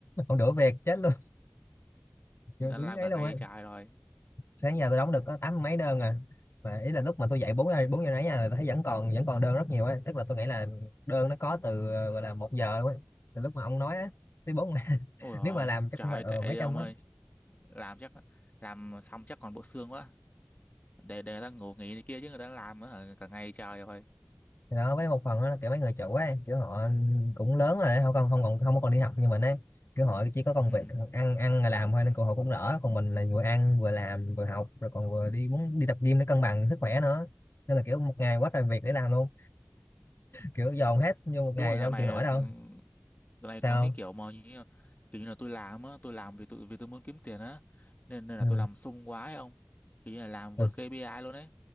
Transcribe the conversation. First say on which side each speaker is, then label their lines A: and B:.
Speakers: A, on the left; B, on the left.
A: ông đuổi việc chết luôn Trời,
B: người ta
A: đúng
B: đã làm
A: ấy
B: cả
A: luôn
B: ngày
A: á
B: trời rồi
A: sáng giờ tôi đóng được có tám mấy đơn à mà ý là lúc mà tôi dậy bốn giờ bốn giờ nãy là tôi thấy vẫn còn vẫn còn đơn rất nhiều ấy tức là tôi nghĩ là đơn nó có từ ờ, gọi là một giờ luôn ấy từ lúc mà ông nói á tới bốn <laughs>
B: ôi rồi
A: nếu mà làm chắc
B: trời
A: cũng phải ờ,
B: kệ đi
A: mấy
B: ông
A: trăm á
B: ơi làm chắc làm xong chắc còn bộ xương quá để để người ta ngủ nghỉ này kia chứ người ta làm á hả, cả ngày trời rồi
A: thì đó với một phần đó là kiểu mấy người chủ ấy kiểu họ cũng lớn rồi họ còn không còn không còn đi học như mình ấy kiểu họ chỉ có công
B: ừ.
A: việc ăn ăn là làm thôi nên họ cũng đỡ còn mình là vừa ăn vừa làm vừa học rồi còn vừa đi muốn đi tập gym để cân bằng sức khỏe nữa nên là kiểu một ngày quá trời việc để làm luôn kiểu dồn hết vô một
B: đúng
A: ngày
B: rồi dạo
A: đâu
B: này
A: chịu nổi đâu
B: ừ, dạo này
A: sao
B: còn cái
A: không
B: kiểu mà như, kiểu như là tôi làm á tôi làm vì tôi vì tôi muốn kiếm tiền á nên nên
A: ừ.
B: là tôi làm sung quá ấy ông kiểu như là làm
A: Rồi
B: vượt
A: s-
B: KPI luôn ấy